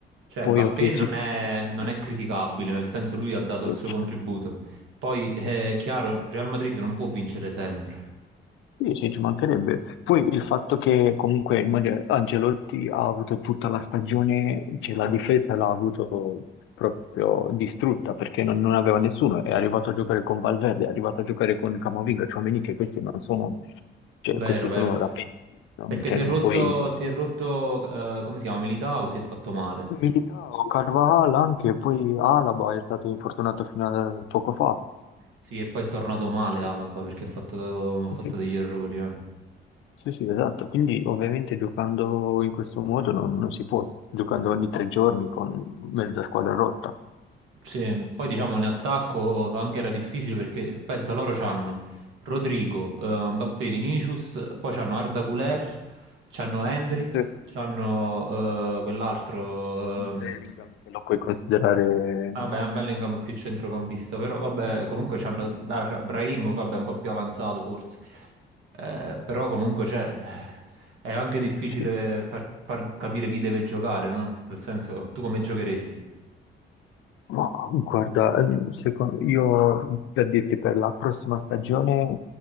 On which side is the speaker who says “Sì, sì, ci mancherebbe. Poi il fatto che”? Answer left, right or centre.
Left